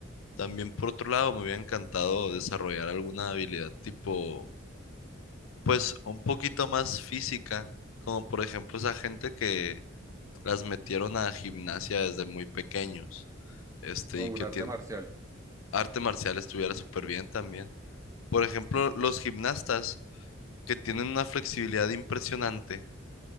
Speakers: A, on the left (about 80°); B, on the right (about 15°).
A: También por otro lado, me hubiera encantado desarrollar alguna habilidad tipo, pues un poquito más física, como por ejemplo esa gente que las metieron a gimnasia desde muy pequeños, este,
B: O
A: y que
B: un
A: tiene
B: arte marcial.
A: arte marcial estuviera súper bien también. Por ejemplo, los gimnastas que tienen una flexibilidad impresionante,